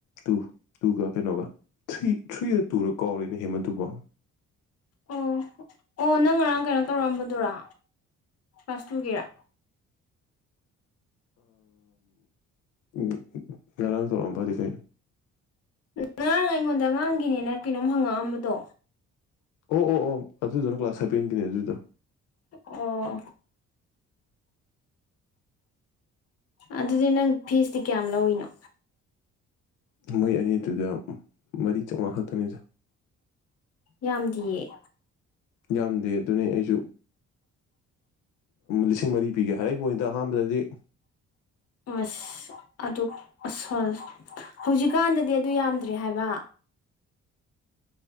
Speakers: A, on the left; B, on the left.
A: ꯇꯨ ꯇꯨꯒ ꯀꯩꯅꯣꯒ ꯊ꯭ꯔꯤ ꯊ꯭ꯔꯤ ꯇꯨꯔꯔ ꯀꯣꯂꯦꯖ ꯅꯍꯦ ꯃꯗꯨꯕ
B: ꯑꯣ ꯑꯣ ꯅꯪ ꯉꯔꯥꯡ ꯀꯩꯅꯣ ꯇꯧꯔꯛꯑꯝꯕꯗꯨꯔ ꯀ꯭ꯂꯥꯁ ꯇꯨꯒꯤꯔ
A: ꯎꯝ ꯉꯔꯥꯡ ꯊꯣꯛꯧꯝꯕꯗꯤꯈꯅ
B: ꯑꯉꯥꯡ ꯑꯩꯉꯣꯟꯗ ꯑꯉꯥꯡꯒꯤꯅꯦꯅ ꯀꯩꯅꯣꯝ ꯍꯪꯉꯛꯑꯝꯕꯗꯣ
A: ꯑꯣ ꯑꯣ ꯑꯣ ꯑꯗꯨꯗꯨꯅ ꯀ꯭ꯂꯥꯁ ꯍꯥꯏꯕꯦꯟꯒꯤꯅꯤ ꯑꯗꯨꯗꯣ
B: ꯑꯣ ꯑꯗꯨꯗꯤ ꯅꯪ ꯐꯤꯁꯇꯤ ꯀꯌꯥꯝ ꯂꯧꯏꯅꯣ
A: ꯃꯣꯏ ꯑꯅꯤꯗꯨꯗ ꯃꯔꯤ ꯆꯥꯃꯉꯥ ꯈꯛꯇꯅꯤꯗ
B: ꯌꯥꯝꯗꯤꯌꯦ
A: ꯌꯥꯝꯗꯦ ꯑꯗꯨꯅꯤ ꯑꯩꯁꯨ ꯂꯤꯁꯤꯡ ꯃꯔꯤ ꯄꯤꯒꯦ ꯍꯥꯏꯔꯤꯕ ꯄꯣꯠꯅꯤꯗ ꯑꯍꯥꯟꯕꯗꯗꯤ
B: ꯑꯁ ꯑꯗꯨ ꯑꯁ ꯍꯧꯖꯤꯛꯀꯥꯟꯗꯗꯤ ꯑꯗꯨ ꯌꯥꯝꯗ꯭ꯔꯦ ꯍꯥꯏꯕ